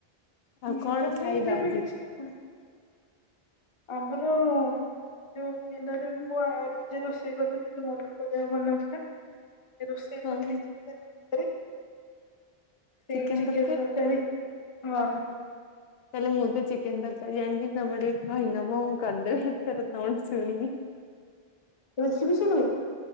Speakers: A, on the left; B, on the left.
A: ଆଉ
B: ନିଜ
A: କଣ
B: ପାଇଁ
A: ଖାଇବା
B: କେବେ
A: ଆଜି
B: କିଛି ଆମର ଯୋଉ ଦିନରେ ମୁଁ ନିଜେ ରୋଷେଇ କରିଥିଲି ଯେହେତୁ ମମିଙ୍କ ଦେହ ଭଲନଥିଲା। ରୋଷେଇ କରିଥିଲି
A: ହଁ ହଁ
B: ଚିକେନ୍ ତରକାରୀ। ସେଇ
A: ଚିକେନ୍
B: ଚିକେନ
A: ତ
B: ତରକାରୀ ହଁ।
A: ତାହେଲେ ମୁଁ ତ ଚିକେନ ତରକାରୀ ଜାଣିନି ତମେ ଟିକେ କହିଦବ ମୁଁ କରିଦେବି ତମଠୁ ଶୁଣିକି।
B: ରେସିପି ଶୁଣିବେ?